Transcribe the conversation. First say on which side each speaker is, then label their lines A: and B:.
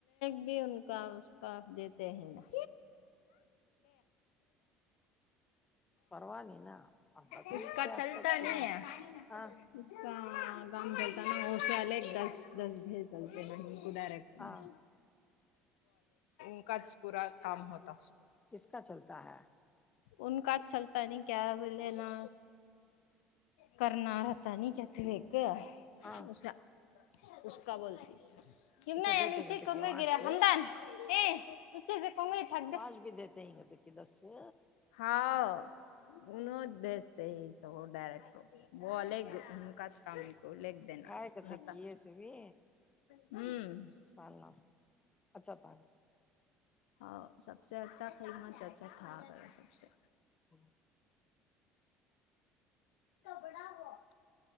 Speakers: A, on the left; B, on the left.
A: <inaudible> کا اس کا دیتے ہیں نا <inaudible>
B: پرواہ نہیں نا اب بقرعید
A: اس کا
B: سے
A: چلتا
B: اب تک پھر
A: نہیں
B: بھی
A: ہے <inaudible>
B: ہاں
A: گاؤں بولتا نا ہوش والے ایک دس دس <inaudible> بھی سلتے نہیں
B: ہاں
A: <inaudible> <inaudible> <inaudible>
B: کس کا چلتا ہے
A: ان کا چھلتا نہیں کیا لینا کرناتا پتا نہیں کہتی ایک
B: ہاں
A: اس اس کا بولتی یمنا
B: اسے
A: یا
B: دیتے
A: نیچے
B: گتے
A: کنگے
B: کہ وچ
A: گرا ہمدان اے نیچے سے کنگے ٹھگ دے
B: وانچ بھی دیتے ہیں گتے کہ دس <inaudible>
A: ہاں اننوں بھیجتے یہ سب ڈائریکٹ بے <inaudible> انک کام کر کو لکھ دیناتا
B: کھائے کہتے کہ یہ سوی
A: ہ <inaudible>
B: سالنا سے اچھا ت
A: ہاں سب سے اچھا قیمت اچھا تھا سب سے
B: <inaudible>
A: بڑا وہ